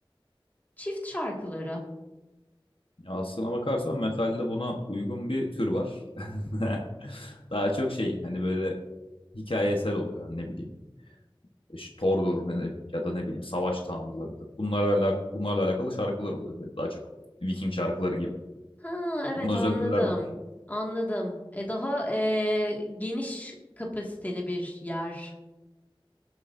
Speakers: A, on the left (about 20°); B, on the left (about 75°).
A: çift şarkıları.
B: Ya aslına bakarsan metalde buna uygun bir tür var. <laughs> Daha çok şey hani böyle hikayesel oluyor hani ne bileyim. işte Thor'dur ya da ne bileyim savaş tanrılarıdır. Bunlarla alakalı, bunlarla alakalı şarkılar oluyor böyle daha çok. Viking şarkıları gibi.
A: Ha evet
B: Buna özel
A: anladım.
B: türler de var.
A: Anladım. E daha e, geniş kapasiteli bir yer.